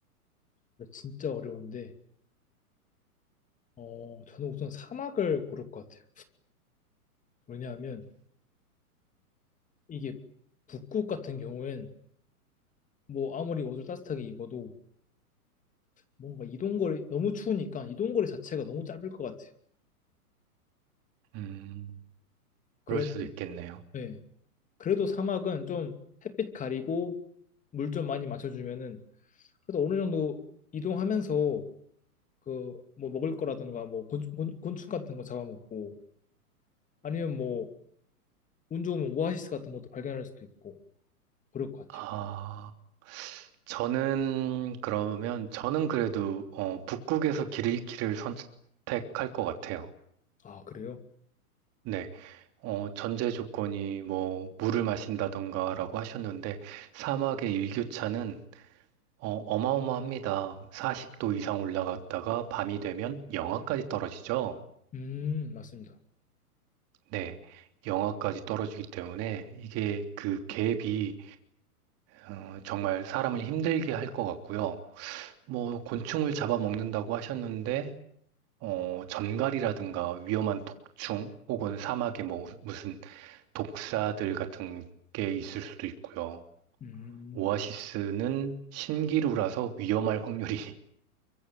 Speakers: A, on the left; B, on the right.
A: 아, 진짜 어려운데. 어, 저는 우선 사막을 고를 것 같아요. 왜냐하면 이게 북극 같은 경우엔 뭐 아무리 옷을 따뜻하게 입어도 뭔가 이동거리 너무 추우니까 이동거리 자체가 너무 짧을 것 같아요.
B: 음,
A: 그래도
B: 그럴 수도 있겠네요.
A: 네. 그래도 사막은 좀 햇빛 가리고 물 좀 많이 마셔주면은 그래도 어느 정도 이동하면서 그 뭐 먹을 거라든가 뭐 곤, 곤, 곤충 같은 거 잡아먹고 아니면 뭐 운 좋으면 오아시스 같은 것도 발견할 수도 있고 그럴 것 같아요.
B: 아, 저는 그러면, 저는 그래도, 어, 북극에서 길 잃기를 선택할 것 같아요.
A: 아 그래요?
B: 네, 어, 전제 조건이 뭐, 물을 마신다던가라고 하셨는데, 사막의 일교차는 어, 어마어마합니다. 40도 이상 올라갔다가 밤이 되면 영하까지 떨어지죠.
A: 음 맞습니다.
B: 네, 영하까지 떨어지기 때문에 이게 그 갭이 어, 정말 사람을 힘들게 할 것 같고요. 뭐 곤충을 잡아먹는다고 하셨는데 어, 전갈이라든가 위험한 독충 혹은 사막에 뭐 무슨 독사들 같은 게 있을 수도 있고요.
A: 음,
B: 오아시스는 신기루라서 위험할 확률이 <laughs>